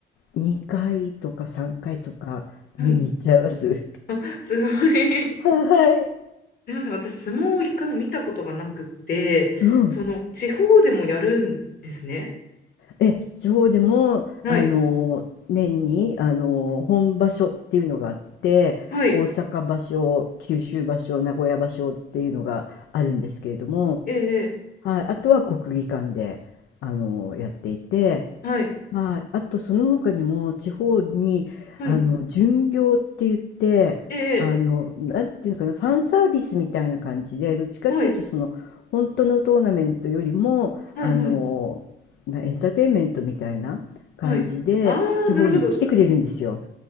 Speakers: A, on the left; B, on the left.
A: 2回とか3回とか見に行っちゃいます。
B: はい。あ、すごい。
A: <laughs> はい。
B: すみません、私、相撲を一回も見たことがなくて、
A: うん。
B: その、地方でもやるんですね。
A: え、地方でも、
B: はい、
A: あの、年に、あの、本場所っていうのがあって、
B: はい、
A: 大阪場所、九州場所、名古屋場所っていうのがあるんですけれども、
B: ええ、え
A: はい、あとは国技館で、あの、やっていて、
B: えはい、
A: はい、あとその他にも地方に、
B: はい、
A: あの、巡業って言って、
B: ええ、
A: あの、なんていうのかな、ファンサービスみたいな感じで、どっちかっていうと、
B: はい、
A: その、本当のトーナメントよりも、
B: はい、
A: あの、
B: はい、
A: なエンターテインメントみたいな感じで、
B: はい。ああ、
A: 地方に来てくれるんですよ。
B: なるほど。